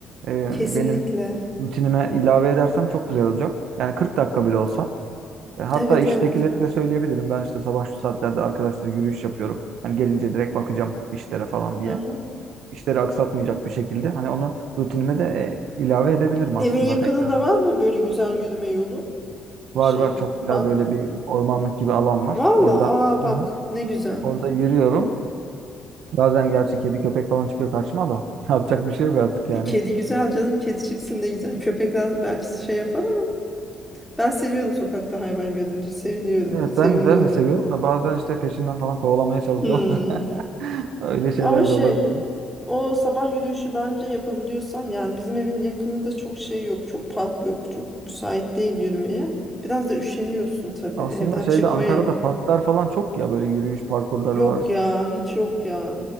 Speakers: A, on the right; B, in the centre.
A: e,
B: Kesinlikle.
A: benim rutinime ilave edersem çok güzel olacak. Yani 40 dakika bile olsa. E, hatta
B: Evet,
A: iştekilere
B: evet.
A: de söyleyebilirim. Ben işte sabah şu saatlerde arkadaşlar yürüyüş yapıyorum. Hani gelince direkt bakacağım işlere falan diye.
B: Hı hı.
A: İşleri aksatmayacak bir şekilde. Hani onu rutinime de e, ilave edebilirim
B: Evin
A: aslında
B: yakınında
A: tekrar.
B: var mı böyle güzel yürüme yolu?
A: Var
B: Şey,
A: var çok güzel
B: park
A: böyle
B: mı?
A: bir ormanlık gibi alan var.
B: Valla
A: Orada
B: aa bak
A: aha,
B: ne güzel.
A: orada yürüyorum. Bazen gerçi kedi köpek falan çıkıyor karşıma da. <laughs> Yapacak bir şey yok artık yani.
B: E, kedi güzel canım kedi çıksın ne güzel. Köpekler belki şey yapar ama ben seviyordum sokakta hayvan görünce seviniyorum.
A: Evet
B: Sevimli
A: ben ben
B: oluyorum.
A: de seviyorum da bazen işte peşimden falan kovalamaya çalışıyorlar.
B: Hmm.
A: <laughs> Öyle şeyler
B: Ama şey
A: de olabiliyor.
B: o sabah yürüyüşü bence yapabiliyorsan yani bizim evin yakınında çok şey yok. Çok park yok. Çok müsait değil yürümeye. Biraz da üşeniyorsun tabii
A: Aslında
B: evden
A: şeyde
B: çıkmaya.
A: Ankara'da parklar falan çok ya böyle yürüyüş parkurları
B: Yok
A: var.
B: ya hiç yok ya.